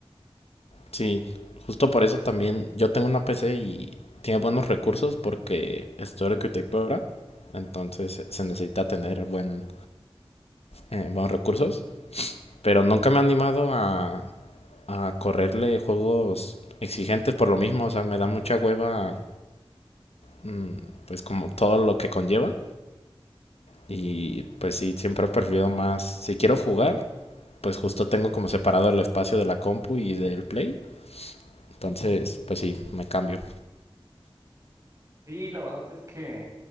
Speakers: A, on the left; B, on the right.
A: Sí, justo por eso también yo tengo una PC y tiene buenos recursos porque estoy arquitectura, entonces se necesita tener buen, eh, buenos recursos, pero nunca me he animado a, a correrle juegos exigentes por lo mismo, o sea, me da mucha hueva, mm, pues como todo lo que conlleva. Y pues sí, siempre he preferido más, si quiero jugar, pues justo tengo como separado el espacio de la compu y del play. Entonces, pues sí, me cambio.
B: Y la verdad es que